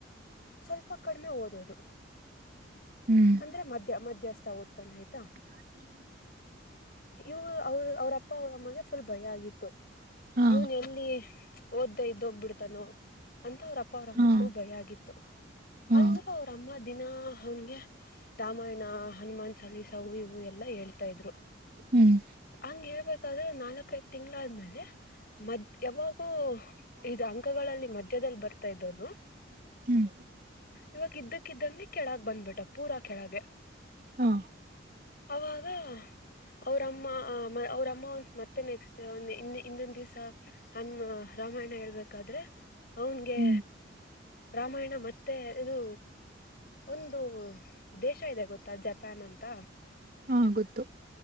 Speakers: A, on the left; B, on the right.
A: ಸ್ವಲ್ಪ ಕಡಿಮೆ ಓದದು
B: ಹ್ಮ್
A: ಅಂದ್ರೆ ಮದ್ಯ ಮಧ್ಯಸ್ಥ ಆಗತ ಆ್ತ
B: ಹ
A: ಇವರು ಅವರು ಅವ್ರಪ್ಪ ಅವ್ರಮ್ಮಗೆ ಫುಲ್ ಭಯ ಆಗಿತ್ತು
B: ಹಾ
A: ಇವನ್ ಎಲ್ಲಿ ಓದ್ದ ಇದ್ದ ಹೋಗ್ಬಿಡ್ತಾನೋ ಅಂತ ಅವ್ರ ಅಪ್ಪ ಅವ್ರಮ್ಮ
B: ಹಾ
A: ಫುಲ್ ಭಯ ಆಗಿತ್ತು
B: ಹಾ
A: ಅಂದ್ರರು ಅವ್ರಮ್ಮ ದಿನಾ ಅವನ್ಗೆ ರಾಮಾಯಣ ಹನುಮಾನ್ ಚಾಲೀಸಾ ಹೂ ಇವು ಎಲ್ಲಾ ಹೇಳ್ತಾ ಇದ್ರು
B: ಹ್ಮ್
A: ಹಂಗ್ ಹೇಳ್ಬೇಕಾದ್ರೆ ನಾಲ್ಕೈದ ತಿಂಗಳಾದ್ಮೇಲೆ ಮದ್ ಯಾವಾಗೂ ಇದು ಅಂಕಗಳಲ್ಲಿ ಮಧ್ಯದಲ್ಲಿ ಬರ್ತಾ ಇದವನು
B: ಹ್ಮ್
A: ಇವಾಗ ಇದ್ದಕ್ಕಿದ್ದ ಕೆಳಗ್ ಬಂದ್ಬಿಟ ಪೂರಾ ಕೆಳಗೆ
B: ಹಾ
A: ಅವಾಗ ಅವರಮ್ಮ ಅವ್ರಮ್ಮ ಒ ಮತ್ತೆನೆ ಸಂದ ಇನ್ನ ಇನ್ನೊ ದಿವಿಸ ಹನ್ ರಾಮಾಯಣ ಹೇಳ್ಬೇಕಾದ್ರೆ ಅವನ್ಗೆ
B: ಹ್ಮ್
A: ರಾಮಾಯಣ ಮತ್ತೆ ಇದು ಒಂದು ದೇಶ ಇದೆ ಗೊತ್ತಾ ಜಪಾನ್ ಅಂತ
B: ಹಾ ಗೊತ್ತು